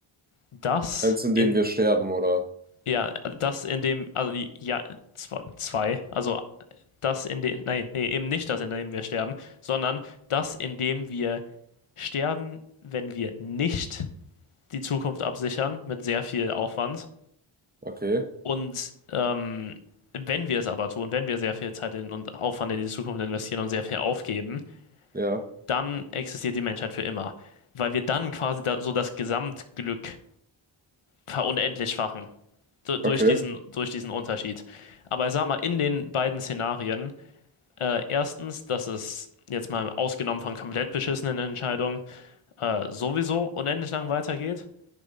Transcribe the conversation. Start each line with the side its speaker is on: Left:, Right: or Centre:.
Left: Das
Right: Eins, in
Left: in,
Right: dem wir sterben, oder?
Left: ja, das in dem, also die- ja, zwei, zwei, also das in dem, nein, nee, eben nicht das, in dem wir sterben, sondern das, in dem wir sterben, wenn wir nicht die Zukunft absichern, mit sehr viel Aufwand.
Right: Okay,
Left: Und ähm, wenn wir es aber tun, wenn wir sehr viel Zeit in und Aufwand in die Zukunft investieren und sehr viel aufgeben,
Right: ja,
Left: dann existiert die Menschheit für immer. Weil wir dann quasi da, so das Gesamtglück verunendlich fachen. du- durch
Right: okay,
Left: diesen, durch diesen Unterschied. Aber ich sag mal, in den beiden Szenarien, äh, erstens, dass es jetzt mal ausgenommen von komplett beschissenen Entscheidungen äh, sowieso unendlich lang weitergeht.